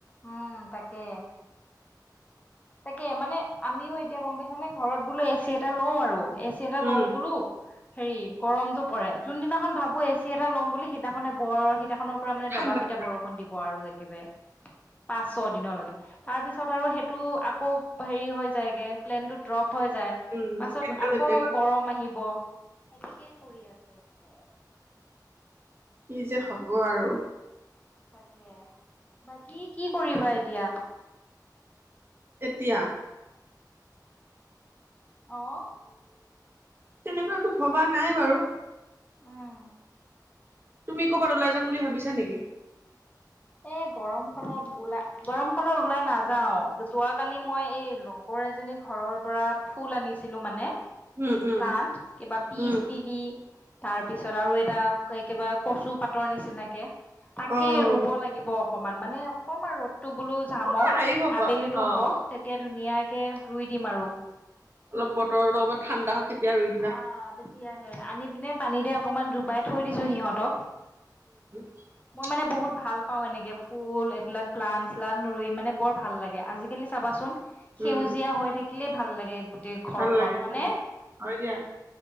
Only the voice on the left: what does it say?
উম তাকে তাকে মানে আমিও এতিয়া গম পাইছা নে ঘৰত বোলো এচি এটা লও আৰু এ চি এটা
লও বোলো হেৰি গৰমতটো পৰে যোনদিনাখন ভাবো এচি এটা ল'ম বুলি সিদিনাখনে বৰ সিদিনাখনৰ পৰা মানে
দবা পিঠা বৰষুণ দিব আৰু একেবাৰে পাঁচ ছ দিনৰলৈকে তাৰপিছত আৰু সেইটো আকৌ হেৰি হৈ যায়গে প্লেনতটো ড্ৰপ হৈ যায়
পাছত আকৌ গৰম আহিব সেনেকেই কৰি আছো একেবাৰে
তাকে বাকী কি কৰিবা এতিয়া
অ
উম
এ গৰম খত ওলাই গৰম খত ওলাই নাযাও যোৱাকালি মই এই লগৰ এজনী ঘৰৰ পৰা ফুল আনিছিলো মানে
প্লান্ত ক বা পিচ
লিলি তাৰ পিছত আৰু এটা কবা কচু পাতৰ নিচিনাকে তাকে
ৰুব লাগিব অকমান মানে অকমান ৰ'দটো বোলো
জামক
আবেলিটো
হক তেতিয়া ধুনীয়াকে ৰুই দিম আৰু
অ তেতিয়াহে আনি পিনে পানী দে অকমান ডুবাই থৈ দিছো সিহঁতক
মই মানে বহুত ভাল পাওঁ, এনেকৈ ফুল এইবিলাক প্লাণ- ছালন ৰুই মানে বৰ ভাল লাগে আজিকালি চাবাচোন। সেউজীয়া
হৈ থাকিলেই ভাল লাগে গোটেই ঘৰখনন
হয়নে।